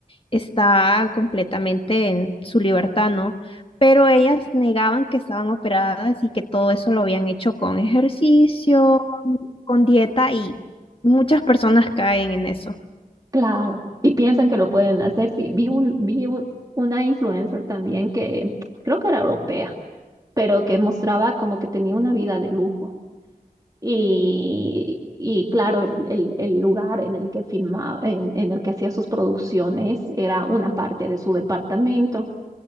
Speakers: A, on the left; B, on the right.
A: está completamente en su libertad, ¿no? Pero ellas negaban que estaban operadas y que todo eso lo habían hecho con ejercicio, con dieta y muchas personas caen en eso.
B: Claro, y piensan que lo pueden hacer. Sí, vi un, vi un- una influencer también que creo que era europea pero que mostraba como que tenía una vida de lujo. Y, y claro, el, el- el lugar en el que filmaba, en, en el que hacía sus producciones era una parte de su departamento,